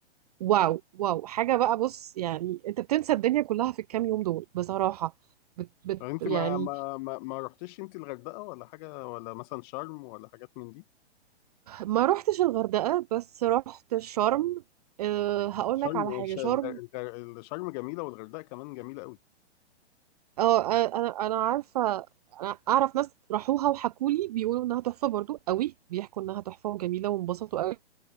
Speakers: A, on the right (about 35°); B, on the left (about 40°).
A: واو واو حاجة بقى بص يعني انت بتنسى الدنيا كلها في الكام يوم دول بصراحة بت بت
B: انت
A: يعني
B: ما ما ما, ما رحتيش انت الغردقه ولا حاجه ولا مثلا شرم ولا حاجات من دي
A: ما روحتش الغردقة بس رحت شرم أه هقول
B: شرم
A: لك على حاجة
B: ش- الغ-
A: شرم
B: الغ- شرم جميله والغردقه كمان جميله قوي
A: اه آه، انا انا عارفة انا اعرف ناس راحوها وحكولي بيقولوا انها تحفة برضو قوي بيحكوا انها تحفة وجميلة وانبسطوا قوي